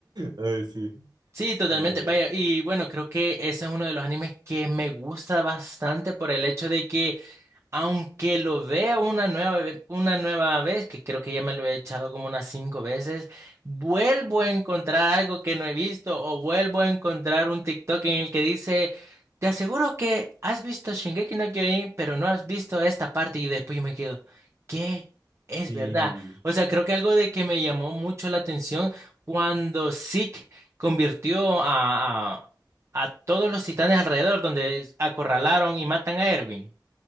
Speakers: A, on the right; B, on the right.
A: Ay, sí,
B: Sí, totalmente.
A: la verdad.
B: Vaya, y bueno, creo que ese es uno de los animes que me gusta bastante por el hecho de que Aunque lo vea una nueva, ve- una nueva vez, que creo que ya me lo he echado como unas cinco veces, vuelvo a encontrar algo que no he visto o vuelvo a encontrar un TikTok en el que dice, te aseguro que has visto Shingeki no Kyojin, pero no has visto esta parte y después yo me quedo, ¿qué? Es
A: Sí,
B: verdad. O sea, creo que algo de que me llamó mucho la atención cuando Zeke convirtió a, a, a todos los titanes alrededor, donde acorralaron y matan a Erwin.